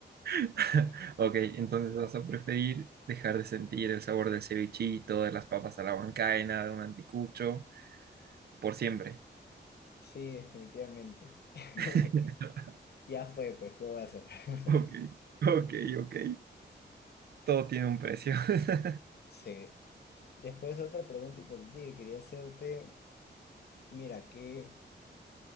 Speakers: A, on the right; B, on the left.
A: <laughs> Ok, entonces vas a preferir dejar de sentir el sabor del cevichito, de las papas a la huancaina, de un anticucho, por siempre.
B: Sí, definitivamente. <laughs>
A: <laughs>
B: Ya fue, pues, ¿qué voy a hacer?
A: Ok,
B: <laughs>
A: ok, ok. Todo tiene un precio. <laughs>
B: Sí. Después otra pregunta hipotética que quería hacerte, mira, ¿qué?